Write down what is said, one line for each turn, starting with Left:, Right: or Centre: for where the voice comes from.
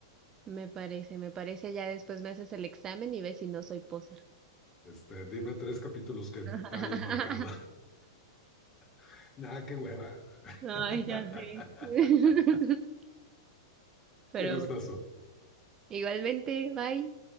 Right: Me parece, me parece. Ya después me haces el examen y ves si no soy poser.
Left: Este, dime tres capítulos que
Right: <laughs>
Left: te hayan marcado. <laughs> Nada, qué hueva.
Right: Ay,
Left: <laughs>
Right: ya sé. <laughs> Pero
Left: Qué gustazo.
Right: bueno, igualmente, bye.